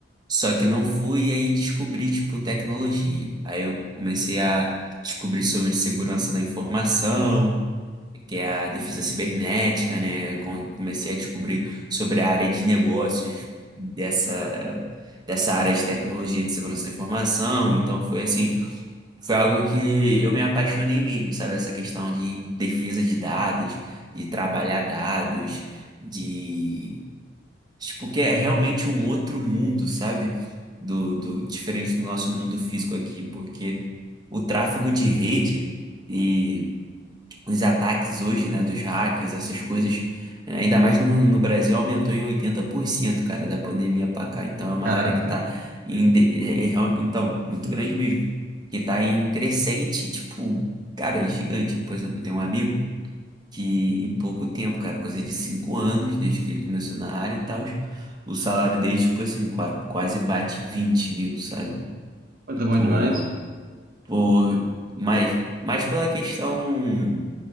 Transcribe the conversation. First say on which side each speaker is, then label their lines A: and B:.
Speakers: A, on the right; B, on the right.
A: só que não fui, e aí descobri, tipo, tecnologia. Aí eu comecei a descobrir sobre segurança da informação, que é a defesa cibernética, né? Com- Comecei a descobrir sobre a área de negócios dessa, dessa área de tecnologia de segurança da informação. Então foi assim, foi algo que eu me apaixonei mesmo, sabe? Essa questão de defesa de dados, de trabalhar dados, de tipo que é realmente um outro mundo, sabe? Do, do diferente do nosso mundo físico aqui, porque o tráfego de rede e os ataques hoje, né, dos hackers, essas coisas, eh, ainda mais no, no Brasil, aumentou em 80% cara, da pandemia pra cá. Então é uma
B: Caraca,
A: área que tá em, de- eh, eh, real- então, muito grande mesmo, que tá em crescente, tipo, cara, é gigante. Por exemplo, eu tenho um amigo que em pouco tempo, cara, coisa de cinco anos, desde que ele começou na área e tal, o salário dele, tipo assim, qua- quase bate 20 mil, sabe?
B: pô,
A: E
B: tá
A: por,
B: bom demais.
A: por, mais, mais pela questão